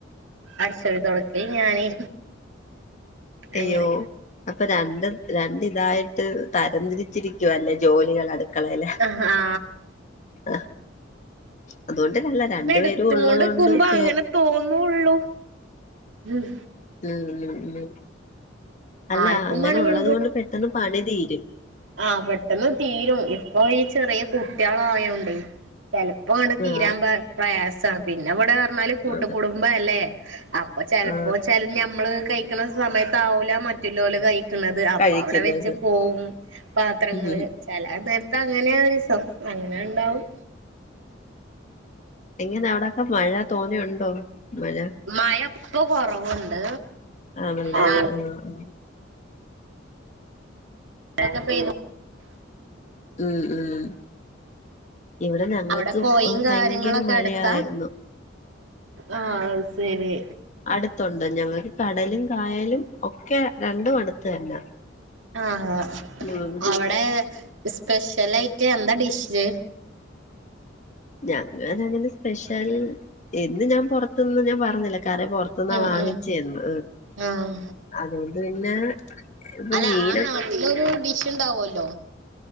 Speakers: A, on the right (about 80°); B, on the left (about 40°).
A: അട്ച്ച് വാരി തൊട്ക്കല് ഞാന്.
B: അയ്യോ.
A: അങ്ങനെ
B: അപ്പം രണ്ട് രണ്ട് ഇതായിട്ട് തരംതിരിച്ചിരിക്കുവാല്ലേ ജോലികൾ അട്ക്കളയിലെ?
A: ആഹ് ആ.
B: അ അതുകൊണ്ട്ല്ല രണ്ട്
A: എടുത്തുകൊണ്ട്
B: പേരും ഉള്ളത്
A: നിക്കുമ്പോ
B: കൊണ്ട് ചേ
A: അങ്ങനെ തോന്നുള്ളൂ ഉം.
B: ഉം ഉം ഉം അല്ല
A: ആർക്കും
B: അങ്ങനെ
A: വേണങ്കി
B: ഉള്ളത് കൊണ്ട് പെട്ടെന്ന് പണി തീരും.
A: ആ പെട്ടെന്ന് തീരും ഇപ്പൊ ഈ ചെറ്യാ കുട്ട്യാളായോണ്ടെ ചെലപ്പങ്ങണ്ട് തീരാൻ
B: ആ ആ
A: പ പ്രയാസാണ്. പിന്നെ ഇവിടെർഞ്ഞാല് കൂട്ട്
B: അതെ
A: കുടുംബ അല്ലേ അപ്പ് പ്പ ചെൽപ്പോ
B: ആ
A: വെച്ചാ മ്മള് കഴിക്ക്ണ സമയത്ത് ആവൂല മറ്റ്ലോല് കഴ് ക്ക്ണത്അപ്പൊ
B: കഴിക്കുന്നത്
A: അവ്ടെ വെച്ച് പോവും പാത്രങ്ങള്
B: ഉം.
A: ചെല നേർത്ത് അങ്ങനെ ദിസം അങ്ങനെ ഇണ്ടാവും.
B: എങ്ങിനെ അവ്ടൊക്കെ മഴ തോനെണ്ടോ മഴ?
A: മഴ ഇപ്പൊ കൊറവ്ണ്ട്.
B: ആണല്ലേ
A: ആ
B: ആഹ് ആ.
A: ഒക്കെ പെയ്തു.
B: ഉം ഉം. ഇവിടെ ഞങ്ങൾക്കും
A: അവിടെ പൊയിം
B: ഭയങ്കര
A: കാര്യങ്ങളൊക്കെ
B: മഴയായിരുന്നു.
A: എടുത്താ ആഹ് അത് ശരി.
B: അടുത്തുണ്ട, ഞങ്ങൾക്ക് കടലും കായലും ഒക്കെ രണ്ടും അടുത്ത് തന്നെ.
A: ആഹ്
B: ഉം
A: ഹഅവിടെ സ്പെഷ്യൽ ആയിട്ട് എന്താ ഡിഷ്?
B: ഞങ്ങാന അങ്ങനെ സ്പെഷ്യൽ എന്ന് ഞാൻ പുറത്തന്നും ഞാൻ പറഞ്ഞില്ല കറപൊർ ന്നാ
A: ഉം
B: വാങ്ങിച്ചന്നു
A: ഉം ആഹ്
B: അതുകൊണ്ട് പിന്നെ ഇപ്പൊ
A: അല്ല,
B: മീന
A: ആഹ് നാട്ടിലൊരു ഡിഷ് ഉണ്ടാവല്ലോ?